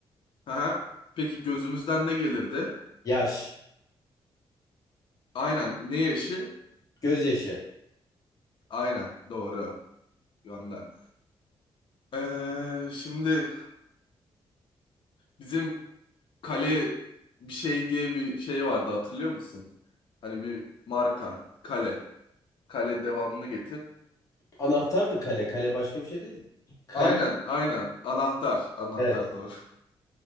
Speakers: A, on the left (about 55°); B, on the left (about 35°).
A: Aha. Peki gözümüzden ne gelirdi?
B: Yaş.
A: Aynen. Ne yaşı?
B: Gözyaşı.
A: Aynen. Doğru. Gönder. Ee, şimdi bizim kale bir şey diye bir şey vardı hatırlıyor musun? Hani bir marka. Kale. Kale devamını getir.
B: Anahtardı kale. Kale başka bir şey değil. Kale.
A: Aynen, aynen. Anahtar, anahtar
B: Evet.
A: doğru.